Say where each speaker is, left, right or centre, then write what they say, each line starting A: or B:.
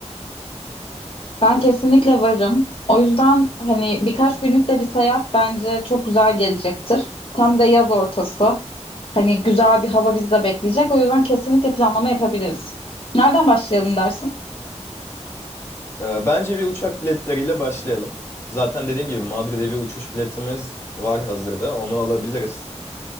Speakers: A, on the left; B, on the left.
A: Ben kesinlikle varım. O yüzden hani birkaç günlük de bir seyahat bence çok güzel gelecektir. Tam da yaz ortası. Hani güzel bir hava bizi de bekleyecek. O yüzden kesinlikle planlama yapabiliriz. Nereden başlayalım dersin?
B: Ee, bence bir uçak biletleriyle başlayalım. Zaten dediğim gibi Madrid'e bir uçuş biletimiz var hazırda. Onu alabiliriz.